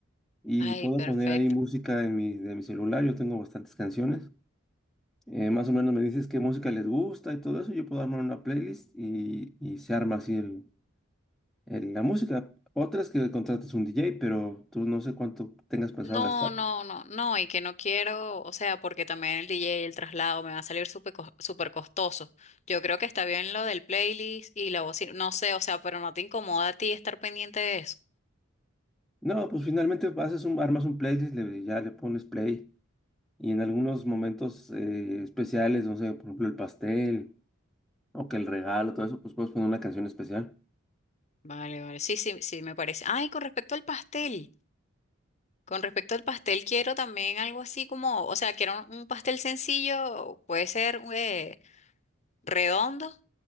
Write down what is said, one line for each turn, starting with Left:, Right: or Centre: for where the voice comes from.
Centre: y
Left: Ay,
Centre: puedo
Left: perfecto.
Centre: poner ahí música en mi, de mi celular. Yo tengo bastantes canciones. Eh, más o menos me dices qué música les gusta y todo eso. Yo puedo armar una playlist y, y se arma así el, el- la música. Otra es que contratas un DJ, pero tú no sé cuánto tengas pensado
Left: No,
Centre: gastar.
Left: no, no, no, y que no quiero, o sea, porque también el DJ, el traslado me va a salir súper cos- súper costoso. Yo creo que está bien lo del playlist y la bocina, no sé, o sea, pero no te incomoda a ti estar pendiente de eso.
Centre: No, pues finalmente haces un, armas un playlist, le- ya le pones play y en algunos momentos eh, especiales, no sé, por ejemplo el pastel. O que el regalo, todo eso, pues puedes poner una canción especial.
Left: Vale, vale, sí, sí, sí, me parece. Ay, con respecto al pastel, con respecto al pastel quiero también algo así como, o sea, quiero un, un pastel sencillo, puede ser eh, redondo